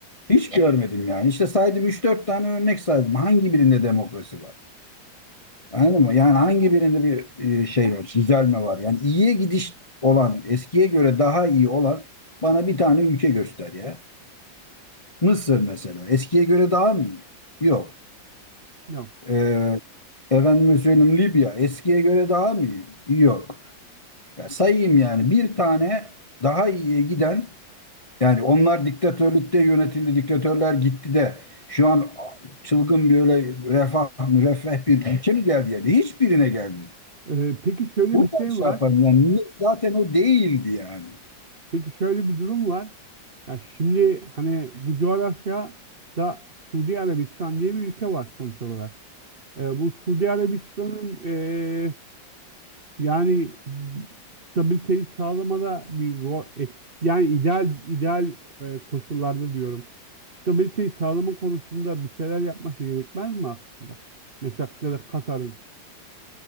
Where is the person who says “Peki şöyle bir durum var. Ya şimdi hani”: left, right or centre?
Right